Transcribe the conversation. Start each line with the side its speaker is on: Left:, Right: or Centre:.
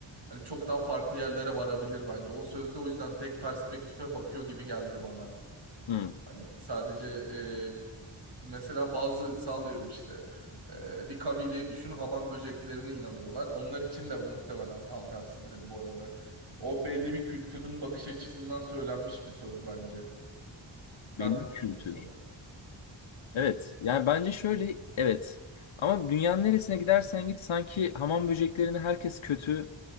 Right: hani çok daha farklı yerlere varabilir bence. O sözde o yüzden tek perspektife bakıyor gibi geldi bana.
Left: Hmm,
Right: Hani sadece e, mesela bazı sağlıyorum işte e, bir kabileyi düşün haban böceklerine inanıyorlar. Onlar için de muhtemelen tam tersidir bu arada. O belli bir kültürün bakış açısından söylenmiş bir söz bence. Sen
Left: belli
Right: ne
Left: bir
Right: düşünüyorsun?
Left: kültür. Evet. Yani bence şöyle evet. Ama dünyanın neresine gidersen git sanki hamam böceklerini herkes kötü